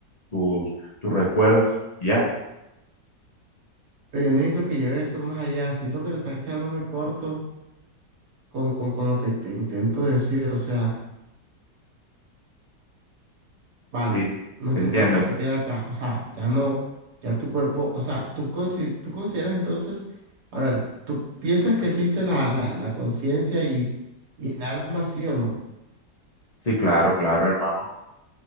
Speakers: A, on the left (about 45°); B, on the right (about 70°).
A: tus, tus recuerdos, y ya,
B: Pero yo necesito que lleves eso más allá. Siento que te estás quedando muy corto con, con, con lo que te intento decir. O sea, vale,
A: sí,
B: nuestro
A: te entiendo.
B: cuerpo se
A: pues.
B: queda acá. O sea, ya no, ya tu cuerpo, o sea, tú, consi- tú consideras entonces, a ver, ¿tú piensas que existe la, la, la conciencia y, y el alma, sí o no?
A: Sí, claro, claro, hermano.